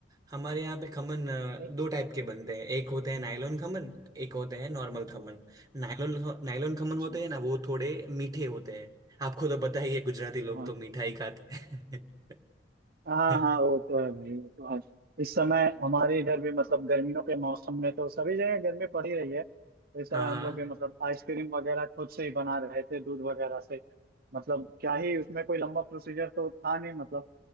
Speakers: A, on the right; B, on the right.
A: हमारे यहाँ पे खमन अ,
B: नहीं,
A: दो टाइप के बनते हैं एक होते हैं नायलॉन खमन एक होते हैं normal khaman Nylon nylon khaman
B: अच्छा,
A: होते हैं ना वो थोड़े मीठे होते हैं आपको तो पता ही है गुजराती लोग
B: हाँ
A: तो मीठा ही खाते हैं
B: हाँ हाँ
A: <laughs>
B: वो तो है भाई वो तो है इस समय हमारे इधर भी मतलब गर्मियों के मौसम में तो सभी जगह गर्मी पड़ ही रही है तो इस समय
A: हाँ
B: हम
A: हाँ
B: लोग भी मतलब आइसक्रीम वगैरह खुद से ही बना रहे थे दूध वगैरह से मतलब क्या ही उसमें कोई लंबा प्रोसीजर तो था नहीं मतलब